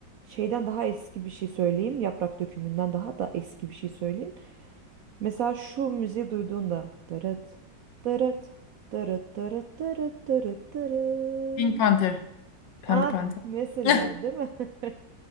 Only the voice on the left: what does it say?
Pink Panther. Pembe
Panther.
<laughs>